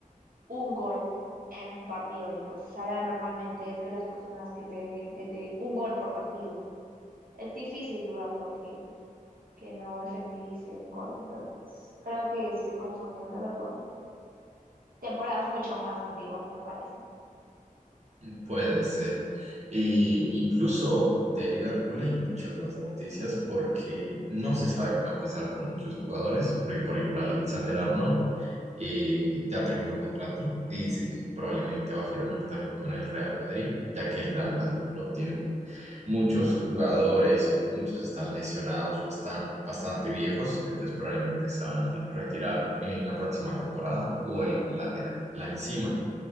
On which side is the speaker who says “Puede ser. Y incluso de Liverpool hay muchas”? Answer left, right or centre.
Right